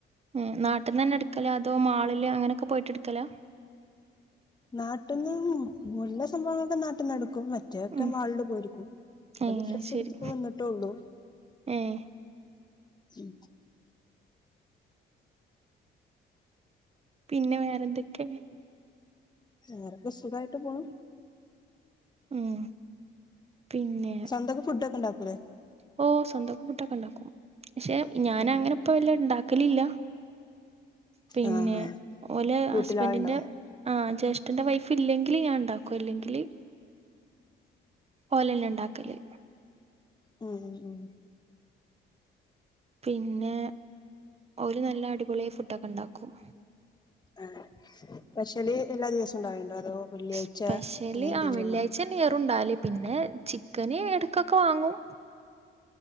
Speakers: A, on the right; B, on the left.
A: ഉം നാട്ടിൽന്നന്ന് തന്നെ എടുക്കല അതോ മാളില് അങ്ങനെയൊക്കെ പോയിട്ട് എടുക്കലോ
B: നാട്ടന്ന് മുല്ല സംഭവങ്ങളൊക്കെ നാട്ടന്നടുക്കും പറ്റും ഒറ്റ
A: ഉം
B: മാളില് പോയിരിക്കും
A: ഏഹ്
B: ഒരു ഡ്രസ്സ്
A: അത് ശരി
B: എടുത്തിപ്പോ വന്നിട്ടേ ഉള്ളൂ
A: ഏഹ്
B: ഉം
A: പിന്നെ വേറെന്തൊക്കെ
B: വറെൊക്കെ സുഖായിട്ട് പോണം
A: ഉം പിന്നെ
B: ചന്തക്ക് ഫുഡൊക്കെ ഉണ്ടാക്കൂലേ
A: ഓ സ്വന്തംക്കം കൂട്ടൊക്കെ ഇണ്ടാക്കും പക്ഷെ ഞാൻ
B: ഉം
A: അങ്ങനെ ഇപ്പ വല്ല ഇണ്ടാക്കലില്ല പിന്നെ
B: ആ ആ
A: ഓല
B: വീട്ടിലാളുണ്ടാവും
A: ഹസ്ബൻറിിന്റെ ആ ജ്യേഷ്ഠന്റെ വൈഫ് ഇല്ലെങ്ക ഞാൻ ഉണ്ടാക്കും ഇല്ലെങ്കില് ഓലല്ല ഉണ്ടാക്കല്
B: ഉം ഉ ഉം
A: പിന്നെ ഒരു നല്ല അടിപൊളി ഫുഡൊക്കെ ഇണ്ടാക്കും
B: ആഹ് സ്പെഷ്യല് എല്ലാ ദിവസോം ഇണ്ടാവണ്ടോ അതോ വെള്ളിയാഴ്ച
A: സ്പെഷ്യല്
B: അങ്ങനെന്തെങ്കിലും
A: ആ വെള്ളിയാഴ്ച
B: ആണോ
A: തന്നെയാറുണ്ടാവല് പിന്നെ ചിക്കന് എടക്കൊക്കെ വാങ്ങും